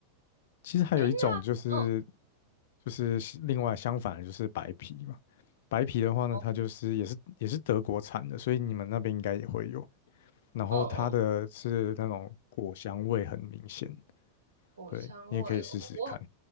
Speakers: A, on the left (about 55°); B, on the right (about 70°).
A: 其实还有一种就是
B: 诶，那，嗯，
A: 就是另外相反的就是白啤嘛，白啤的话呢，
B: 哦，
A: 它就是也是也是德国产的，所以你们那边应该也会有。然后它的是那种果香味很明显，
B: 哦，哦，果香味哦，
A: 对，你也可以试试看。
B: 我